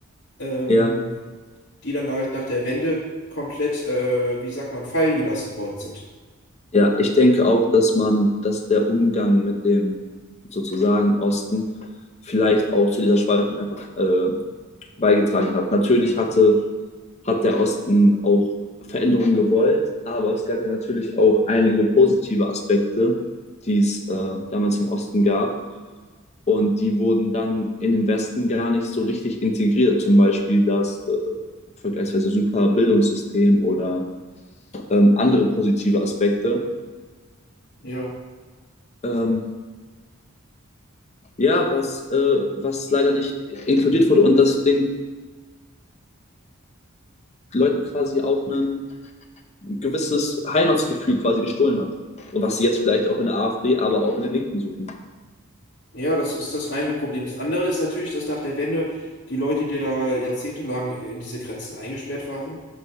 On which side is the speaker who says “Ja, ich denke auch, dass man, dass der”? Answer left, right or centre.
Left